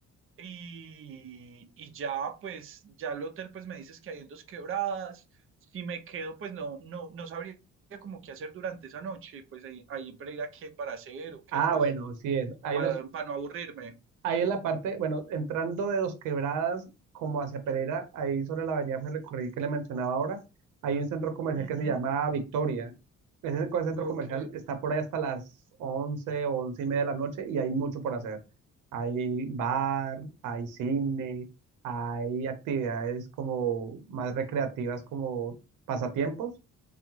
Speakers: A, on the right; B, on the right.
A: Y, y ya, pues, ya el hotel, pues me dices que hay en dos quebradas. Si me quedo, pues no, no, no sabría como qué hacer durante esa noche. Pues ahí, ahí en Pereira, qué para hacer o qué,
B: Ah,
A: pues,
B: bueno, sí es.
A: como
B: Ahí
A: para,
B: nos,
A: para no aburrirme.
B: ahí en la parte, bueno, entrando de Dos Quebradas como hacia Pereira, ahí sobre la avenida Ferrocarril que le mencionaba ahora, hay un centro comercial
A: Ujú,
B: que se llama Victoria. Ese co- centro
A: Ok,
B: comercial está por ahí hasta las 11 o 11 y media de la noche y hay mucho por hacer. Hay bar, hay cine, hay actividades como más recreativas como pasatiempos.